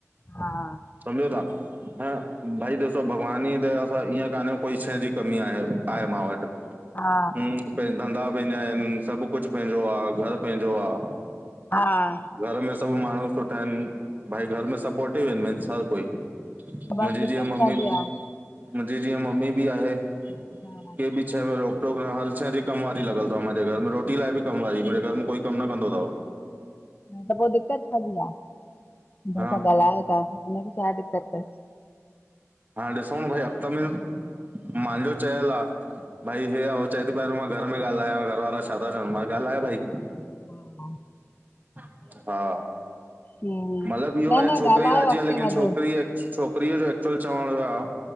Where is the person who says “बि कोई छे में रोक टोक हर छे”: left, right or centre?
Right